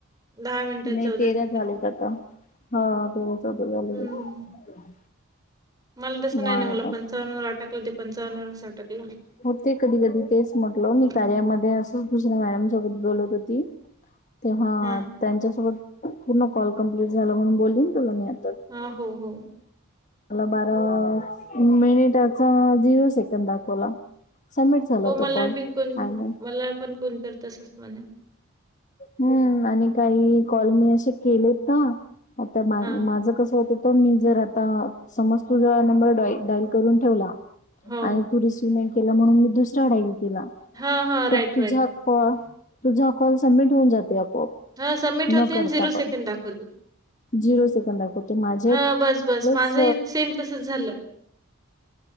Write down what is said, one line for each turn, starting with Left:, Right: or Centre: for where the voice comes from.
Right: दहा मिनटं
Left: नाही.
Right: चौदा
Left: तेरा
Right: सेकंद
Left: झालेत आता. हा तेरा चौदा झाले.
Right: हम्म,
Left: <inaudible>
Right: मला तसं नाही
Left: वाढ
Right: ना. मला
Left: आता
Right: पंचावन्न वर आटकलं, ते पंचावन्नवरच अटकलं.
Left: हो ते कधी कधी तेच म्हटलं
Right: हम्म,
Left: मी कार्यामध्ये असंच दुसऱ्या मॅडम सोबत बोलत होती. तेव्हा
Right: हां
Left: त्यांच्यासोबत पूर्ण कॉल कंम्प्लिट झाला म्हणून बोलीन तुला मी आता
Right: ह, हा, हो, हो.
Left: मला बारा मिनिटाचा झिरो सेकंड दाखवला. सबमिट झाला
Right: हो मला
Left: तो कॉल
Right: बी कोण
Left: फायनल.
Right: मला पण कोण करत तसच म्हणे.
Left: हम्म आणि काही कॉल मी असे केलेत ना आता माझ
Right: हां.
Left: कसं होत तर मी जर आता समज तुझा नंबर डॉइ डाईल करून ठेवला.
Right: हो.
Left: आणि तू रिसिव्ह केला म्हणून मी दुसरा डाईल केला.
Right: हां, हां. राईट,
Left: तर तुझा-
Right: राईट.
Left: - प तुझा कॉल सबमिट होऊन जातेय आपोआप.
Right: हा. सबमिट होते
Left: न करता
Right: आणि झिरो
Left: पण
Right: सेकंड दाखवते.
Left: झिरो सेकंड दाखवते. माझे
Right: हां, बस, बस.
Left: प्लस
Right: माझंही सेम तसंच झालं.